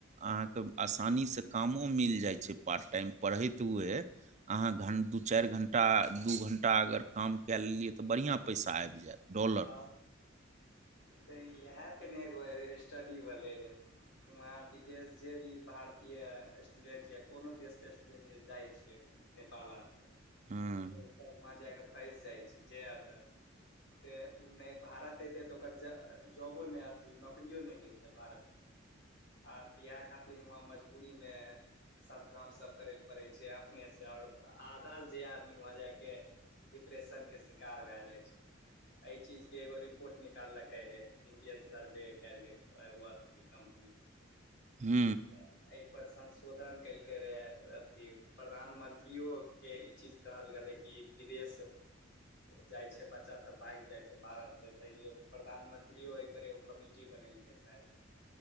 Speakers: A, on the right (about 35°); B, on the left (about 60°).
A: अहाँ आसानीसँ कामो मिल जाइ छैय पार्ट टाइम पढ़ैत हुए। अहा घं दु चारि घण्टा दु घण्टा अगर काम कए लेलियै तऽ बढ़िआ पैसा आबि जायत। डॉलर
B: त त इएह तने एगो स्टडी भेलै रहेय। वहा विदेश जेभी भारत। या स्टूडेंट या कोनो देशके स्टूडेंट जे जाइ छैय नेपाल आरके। त
A: हूँ
B: सब वहा जाय क फसि जाइ छी जे एत। तऽ ओ नै भारत अतै तऽ ओकर जऽ जॉबो नहि अथी नौकरियो नहि मिलतै भारत। आर तऽ इएह खातिर वहाँ मजबूरीमे सब काम सब करै पड़ै छै आब अपने से ओर आधा जे आदमी वहा जाएके डिप्रेशनके शिकार भऽ जाइ छैय। एहि चीजके एगो रिपोर्ट निकाललकै हय। इंडियन सर्वे कैलगेल एगो अथी कम्पनी।
A: हु।
B: तऽ एहिपर संशोधन केलकै रहए अथी। प्रधानमंत्रियो के इ चीज कहल गेलै। कि विदेश जाइ छै बच्चा सब। भारत से तयो प्रधानमंत्रियो एकरे एगो कमिटी बनेलकै से।